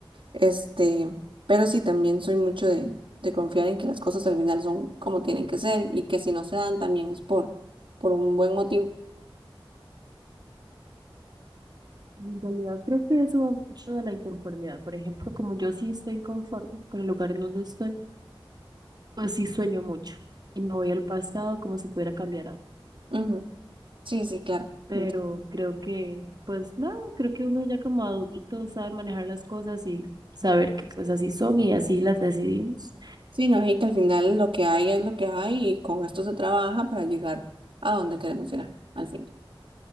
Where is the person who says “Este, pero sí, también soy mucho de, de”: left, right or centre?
Right